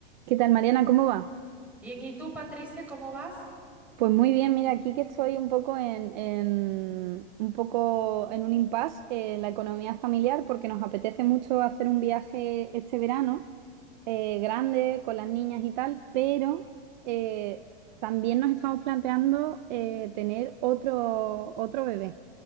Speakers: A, on the right; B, in the centre.
A: ¿Qué tal, Mariana? ¿Cómo va?
B: Bien, ¿y tú, Patricia, cómo vas?
A: Pues muy bien, mira, aquí que estoy un poco en, en- un poco en un impasse en la economía familiar porque nos apetece mucho hacer un viaje este verano, eh, grande, con las niñas y tal, pero eh, también nos estamos planteando eh, tener otro, otro bebé.